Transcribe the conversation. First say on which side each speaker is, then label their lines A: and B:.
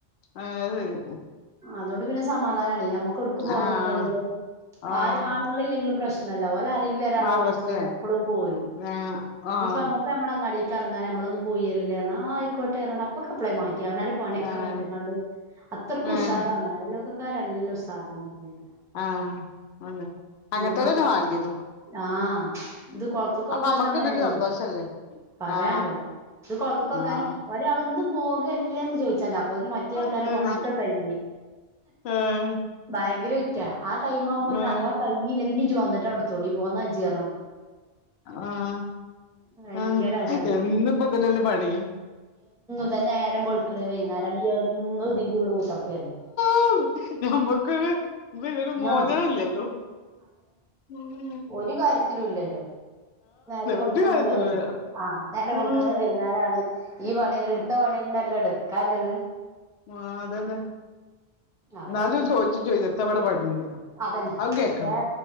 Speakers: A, on the left (about 85°); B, in the centre.
A: ആയ്ശരി.
B: അതോണ്ട് പിന്നെ സമാധാനാണെയ് ഞമ്മക്ക് എവ്ട്ക്ക് പോണെങ്കിലും
A: ആഹ് ആഹ്
B: ആര് ആണ്ങ്ങളില്ലെങ്കിലും പ്രശ് ന്നല്ലോഓലെ ആരേങ്കിലും ഒരാളെ
A: ആ
B: വിളിച്ച
A: പ്രശ്ന
B: ഓലെപ്പളും പോരും
A: ആഹ് ആഹ്
B: ഞ്ഞിപ്പമ്മ പ്പമ്മള ങ്ങാടീക്കെറങ്ങാ ഞമ്മളൊന്ന് പോയി വെരല്ലേറഞ്ഞാ ആ ഐക്കോട്ടെറഞ്ഞ് അ അപ്പ്ളേ മാറ്റി അവനാന്റെ പണ്യോക്കെ
A: ആഹ്
B: അവടെട്ട്ങ്ങാണ്ട് അത്രക്കൂ
A: ആഹ്
B: ഷാറാണ് അയലോക്കക്കാരല്ല ഉഷാറാണറേയ്
A: ആഹ്. ആന്ന് അങ്ങൻ
B: കൊളത്ത്
A: തന്നല്ലേവാണ്ട്യേതും.
B: ആഹ് ത് കൊ <unintelligible> കൊളത്ത്ക്കോകാനും
A: അമ്മക്കന്നൊരു
B: അങ്ങനെന്നെ
A: സന്തോഷല്ലേ
B: പറയാണ്ടോ
A: ആഹ്
B: ഇത് <unintelligible> കൊളത്ത്ക്കോകാനും-
A: ആഹ്
B: ഒരാള് ന്ന് പോകല്ലേന്ന് ചോയ്ച്ചാതിഅ അപ്പോത്തിന് മറ്റേ
A: ആഹ്
B: ആൾക്കാരെ പണ്യോക്കെ കൈഞ്ഞ്
A: ആഹ്
B: ഭയങ്കര വിറ്റാ ആ ടൈമാവുമ്പോത്തിന്
A: ആഹ്
B: അഥവാ കൈഞ്ഞീലെങ്ങി ഞ്ഞി ജ്ജ് വന്ന്ട്ടണ്ട് ഇട്ത്തോണ്ടി പോന്നാജ്ജ്റീം-
A: ആഹ്.
B: ഭയങ്കര
A: ആഹ്
B: അരാണ്
A: എന്നുപ്പതനല്ലേ പണി
B: അതേ നേരം വെള്ക്ക്ണ് വൈന്നേരാക്ണ് എന്നുതിന്റുള്ള് കുത്തർക്കന്നേ
A: ആന്ന് ഞമ്മക്ക്ത്- വ് ഇതൊരു മോചനല്ലല്ലോ
B: ആഹ്
A: ഉം.
B: ഒര് കാര്യത്തിലൂല്ലല്ലോ നേരം വെള്ക്ക്ണ്
A: ഒരു കാര്യത്തിലുല്ല
B: വെയ് ആഹ് നേരം
A: ഉം
B: വെള്ക്ക്ണ് വെയ് ന്നേരാവാണ് ഈ പണിന്നേ ഇട്ത്ത പണ്യന്നല്ലേ ഇട്ക്കാല്ലത്.
A: ആഹ് അതന്നെ
B: അപ്പൊ
A: എന്നാലും
B: പിന്നെ
A: ചോയ്ച്ചു ചെച്ചും എത്താബടെ പണീന്ന്?
B: അതന്നെ
A: അതും കേക്കണം
B: എ